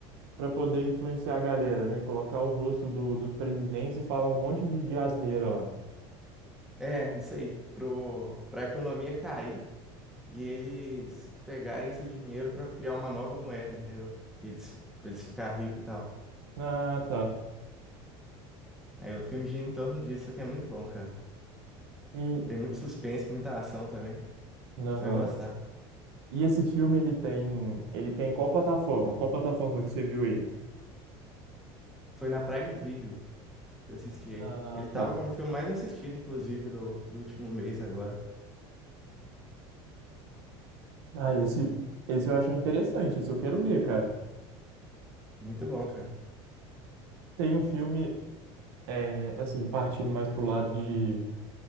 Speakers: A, on the right; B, in the centre.
A: para poder influenciar a galera, né? Colocar o rosto do, dos presidentes e falar um monte de, de asneira lá.
B: É, isso aí. Pro, pra economia cair. e eles pegarem esse dinheiro para criar uma nova moeda, entendeu? Eles, para eles ficar rico e tal.
A: Ah, tá.
B: Aí o filme gira em torno disso, só que é muito bom, cara.
A: E
B: Tem muito suspense, muita ação também.
A: aham.
B: Você vai gostar.
A: E esse filme ele tem ele tem qual plataforma? Qual plataforma que você viu ele?
B: Foi na Prime Video que eu assisti ele.
A: Ah,
B: Ele tava
A: tá.
B: como o filme mais assistido, inclusive, do, do último mês agora.
A: Ah, esse, esse eu achei interessante, esse eu quero ver, cara.
B: Muito bom, cara.
A: Tem um filme, é, assim, partindo mais pro lado de,